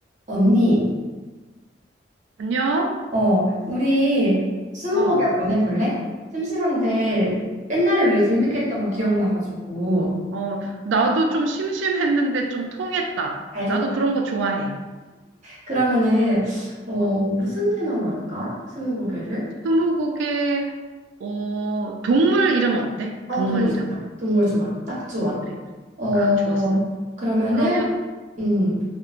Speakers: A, on the right; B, on the right.
A: 언니,
B: 안녕?
A: 어, 우리 스무고개
B: 어,
A: 한번 해볼래? 심심한데
B: 아,
A: 옛날에 우리가 재밌게
B: 어,
A: 했던 거 기억나가지고
B: 어, 나도 좀 심심했는데 좀 통했다.
A: 알겠다
B: 나도 그런 거 좋아해.
A: 그러면은 어
B: 어,
A: 무슨 테마로 할까? 스무고개를?
B: 스무고개, 어, 동물 이름 어때?
A: 어
B: 동물
A: 동물
B: 이름?
A: 좋다. 동물 좋아. 딱 좋아.
B: 그래, 그래.
A: 어
B: 아, 좋았어.
A: 그러면은
B: 그러면
A: 음,